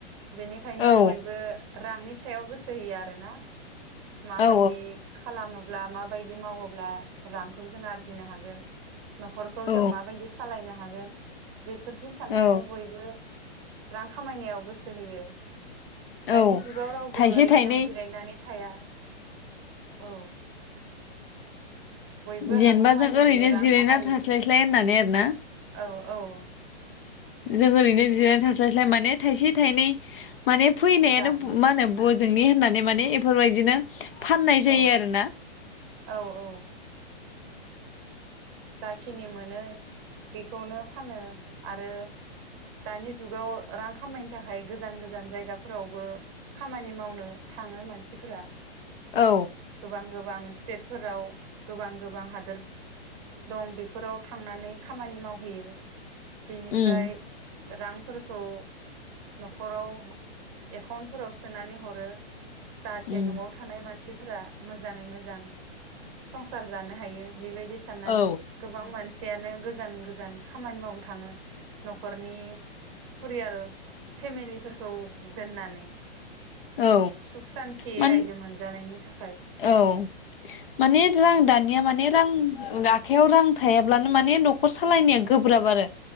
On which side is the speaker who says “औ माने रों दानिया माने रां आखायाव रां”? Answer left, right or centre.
Left